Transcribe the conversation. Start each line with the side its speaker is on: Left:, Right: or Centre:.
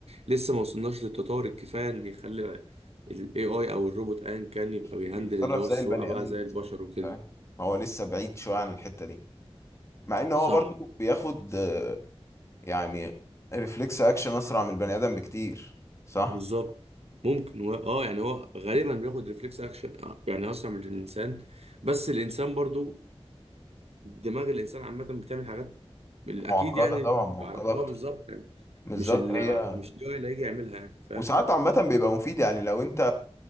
Right: لسه ما وصلناش للتطور الكفاية ان يخلي الاي اي او الروبوت ايا كان يبقى بيهندل
Left: بيتصرف
Right: اللي هو
Left: زي
Right: السواقة
Left: البني
Right: بقى
Left: ادم
Right: زي البشر وكده
Left: فاهم هو لسه بعيد شويه عن الحته دي مع ان هو
Right: صح
Left: برضو بياخد آه، يعني ريفلكس اكشن اسرع من البني ادم بكتير صح
Right: بالظبط ممكن هو اه يعني هو غالبا بياخد ريفلكس اكشن يعني اسرع من الانسان بس الانسان برضو دماغ الانسان عامه بتعمل حاجات اكيد
Left: معقده
Right: يعني
Left: طبعا معقده اكتر
Right: هو بالظبط يعني
Left: بالظبط
Right: مش ال
Left: هي
Right: مش اللي هو اللي هيجي يعملها يعني فاهم
Left: وساعات عامه بيبقى مفيد يعني لو انت